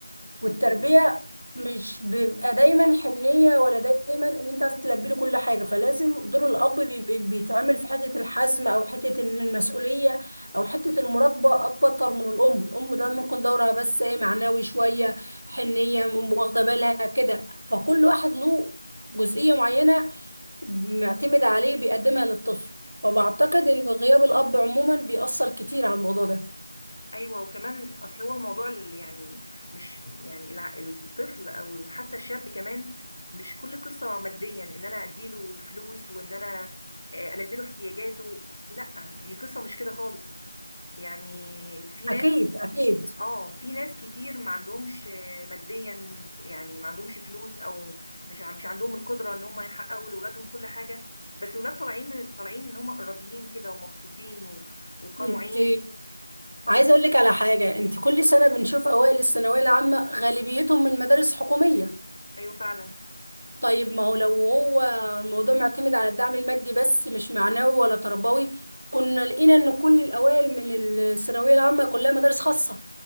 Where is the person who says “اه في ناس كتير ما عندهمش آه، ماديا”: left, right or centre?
Left